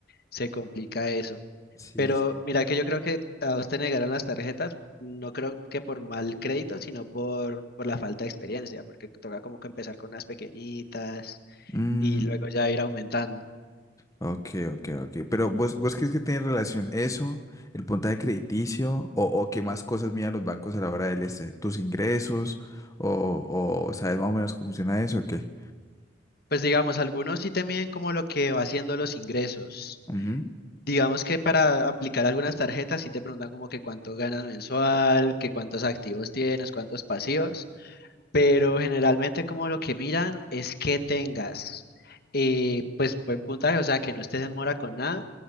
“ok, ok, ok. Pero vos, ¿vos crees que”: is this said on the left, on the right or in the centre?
Left